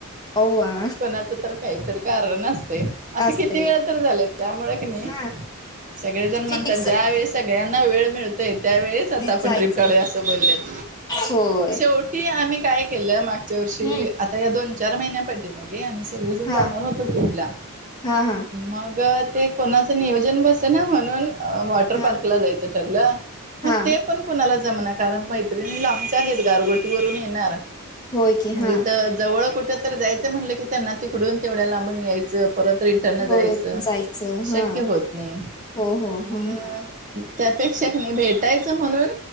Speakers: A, on the left; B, on the right.
A: ओवा
B: कोणाच तर काहीतरी कारण असते. असं
A: असते
B: किती वेळा तर झाले, त्यामु क नाही
A: हा
B: सगळे जण
A: फिक्स
B: म्हणतात ज्या वेळी सगळे, त्यांना वेळ मिळतय, त्यावेळेच आता
A: ते
B: आपण
A: जायचं
B: ट्र्रीप काढूया असं बोललेत,
A: होय
B: शेवटी आम्ही काय केलंग, पुच्या वर्षी
A: हम्म
B: आता या दोन चार महिन्या पाटी मा गे, आम्ही सगळेजण
A: हा
B: जाणार होतो ट्रिपला,
A: हा हा
B: मग ते कोणाचं नियोजन बस ना म्हणून, वॉटर
A: हा
B: पार्कला जायचं ठरलं
A: हा
B: मग ते पण कुणाला... जमना कारण मैत्रिणी लांबच्या आहेत गारगोटी वून येणार..
A: होय की
B: म्हगे
A: हा
B: तर जवळ कुठ तर जायचं म्हटलं की त्यांना तिकडून तेवढ्या लांबून यायचं. परत रिटर्न
A: होय
B: जायचं
A: जायचं हा
B: शक्य होत नाही
A: हो हो
B: मग
A: हा हा
B: त्यात. अेक्षक नाही भेटायच म्हणून